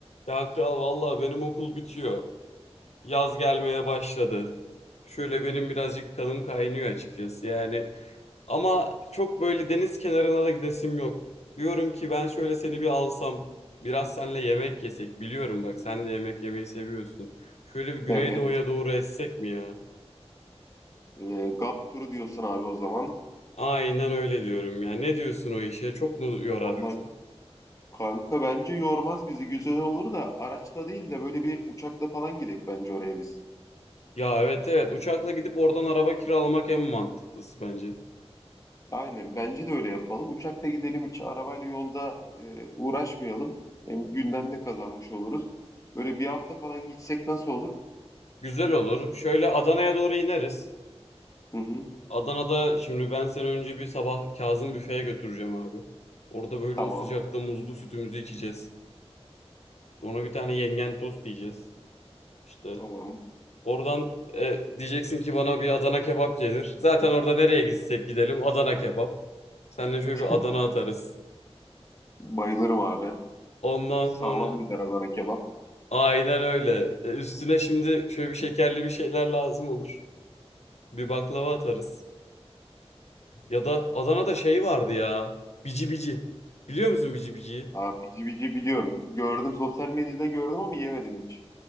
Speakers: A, on the left; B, on the left.
A: Ya kral vallahi benim okul bitiyor. Yaz gelmeye başladı. Şöyle benim birazcık kanım kaynıyor açıkçası yani. Ama çok böyle deniz kenarına da gidesim yok. Diyorum ki ben şöyle seni bir alsam, biraz seninle yemek yesek. Biliyorum bak sen de yemek yemeyi seviyorsun. Şöyle bir Güneydoğu'ya
B: Evet.
A: doğru essek mi ya?
B: E, GAP turu diyorsun abi o zaman.
A: Aynen öyle diyorum ya. Ne diyorsun o işe? Çok mu yorar
B: Vallahi
A: bizi?
B: kanka bence yormaz bizi. Güzel olur da araçla değil de böyle bir uçakla falan gidelim bence oraya biz.
A: Ya evet evet uçakla gidip oradan araba kiralamak en mantıklısı bence.
B: Aynen bence de öyle yapalım. Uçakla gidelim hiç arabayla yolda e, uğraşmayalım. Hem günden de kazanmış oluruz. Böyle bir hafta falan gitsek nasıl olur?
A: Güzel olur. Şöyle Adana'ya doğru ineriz.
B: Hı hı.
A: Adana'da şimdi ben seni önce bir sabah Kazım büfeye götüreceğim abi. Orada böyle
B: Tamam.
A: o sıcakta muzlu sütümüzü içeceğiz. Sonra bir tane yengen tost yiyeceğiz. İşte
B: Tamam.
A: oradan e, diyeceksin ki bana bir Adana kebap gelir. Zaten orada nereye gitsek gidelim Adana kebap. Seninle şöyle
B: <laughs>
A: bir Adana atarız.
B: Bayılırım abi.
A: Ondan
B: Sağlam
A: sonra
B: gider Adana kebap.
A: aynen öyle. E, üstüne şimdi şöyle bir şekerli bir şeyler lazım olur. Bir baklava atarız. Ya da Adana'da şey vardı ya. Bici bici. Biliyor musun bici biciyi?
B: Abi bici bici biliyorum. Gördüm sosyal medyada gördüm ama yemedim hiç.